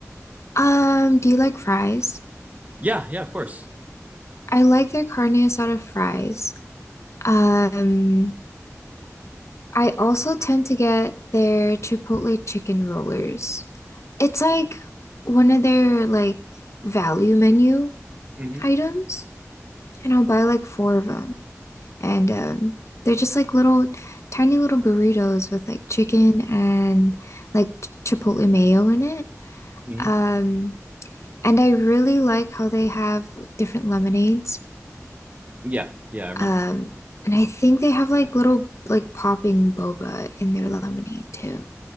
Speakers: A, on the left (about 60°); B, on the right (about 30°).
A: Um, do you like fries?
B: Yeah, yeah, of course.
A: I like their carne asada fries. Um, I also tend to get their Chipotle chicken rollers. It's like one of their like value menu
B: hmm
A: items, and I'll buy like four of them. And um, they're just like little tiny little burritos with like chicken and like ch- Chipotle mayo in it.
B: hmm
A: Um, and I really like how they have like, different lemonades.
B: Yeah, yeah, I remember.
A: Um, and I think they have like little like popping boba in their lemonade too.